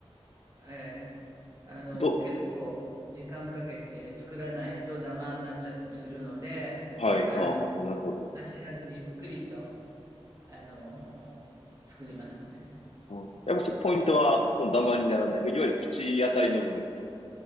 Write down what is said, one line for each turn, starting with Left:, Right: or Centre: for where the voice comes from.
Right: ええ、あの、
Left: ど、
Right: 結構時間かけて作らないとダマになっちゃったりするので、
Left: はい、
Right: あの、
Left: ああ、なるほど。
Right: 焦らずゆっくりと、あの、作りますね。
Left: うんやっぱそ、ポイントは、そのダマにならない。まあいわゆる口当たりの部分ですか